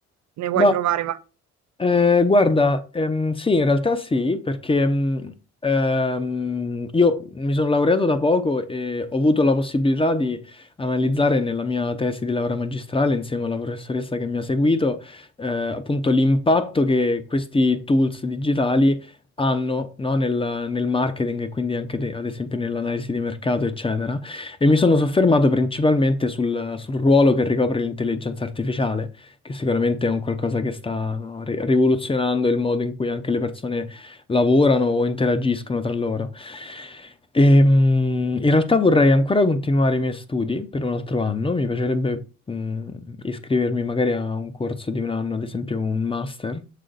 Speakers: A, on the right; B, on the left.
A: ne vuoi
B: Ma
A: provare vari?
B: Eh, guarda, ehm, sì, in realtà sì, perché mh, ehm, io mi sono laureato da poco e ho avuto la possibilità di analizzare nella mia tesi di laurea magistrale, insieme alla professoressa che mi ha seguito, eh, appunto l'impatto che questi tools digitali hanno, no, nel, nel marketing e quindi anche de- ad esempio nell'analisi di mercato, eccetera. E mi sono soffermato principalmente sul sul ruolo che ricopre l'intelligenza artificiale che sicuramente è un qualcosa che sta, no, ri- rivoluzionando il modo in cui anche le persone lavorano o interagiscono tra loro. Ehm, in realtà vorrei ancora continuare i miei studi per un altro anno, mi piacerebbe mh, iscrivermi magari a un corso di un anno, ad esempio un master,